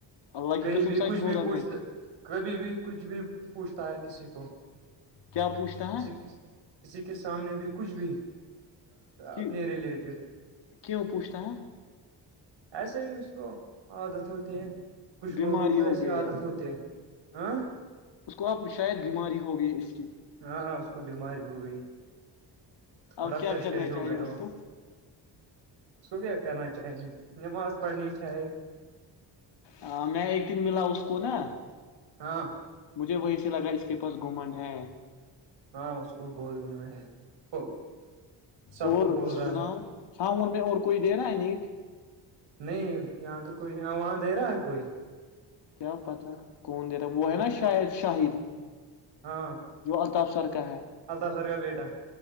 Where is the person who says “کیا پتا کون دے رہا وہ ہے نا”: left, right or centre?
Left